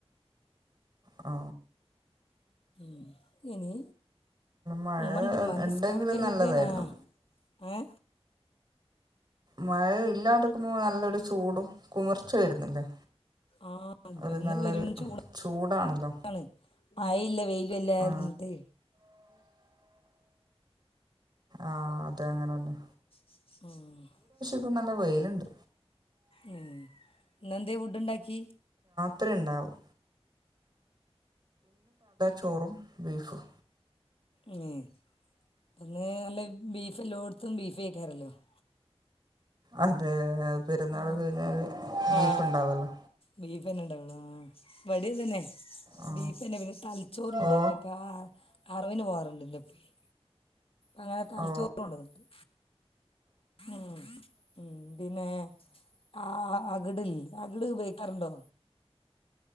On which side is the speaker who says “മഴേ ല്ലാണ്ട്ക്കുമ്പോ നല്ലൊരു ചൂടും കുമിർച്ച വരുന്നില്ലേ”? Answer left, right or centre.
Right